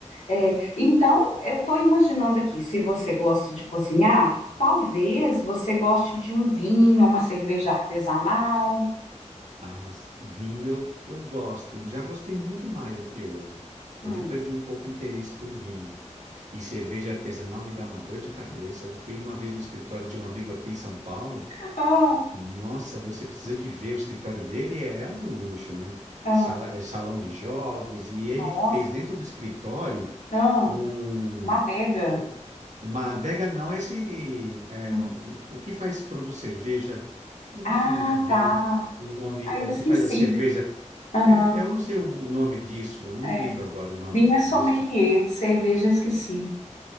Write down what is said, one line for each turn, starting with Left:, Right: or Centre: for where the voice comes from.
Left: É, então, eu estou imaginando aqui, se você gosta de cozinhar, talvez você goste de um vinho, uma cerveja artesanal.
Right: Ah, s- vinho eu, eu gosto. Já gostei muito mais do que hoje.
Left: Hum.
Right: Hoje eu perdi um pouco o interesse por vinho. E cerveja artesanal me dá uma dor de cabeça. Eu fui uma vez no escritório de um amigo aqui em São Paulo.
Left: Ah, ah,
Right: Nossa, você precisa de ver. O escritório dele é um luxo, né?
Left: Ah,
Right: Sala, é salão de jogos. E ele
Left: nossa,
Right: fez dentro do escritório
Left: ah,
Right: um.
Left: uma adega.
Right: U- Uma adega não, esse é,
Left: Hum.
Right: o o que faz produz cerveja, eu não
Left: Ah,
Right: sei muito bem
Left: tá.
Right: o nome
Left: Ah,
Right: é,
Left: eu esqueci.
Right: que faz a cerveja.
Left: Aham.
Right: Ele, eu não sei o, o nome disso, eu não
Left: é.
Right: me lembro agora o nome
Left: Vinho é sommelier,
Right: desse tipo.
Left: cerveja esqueci.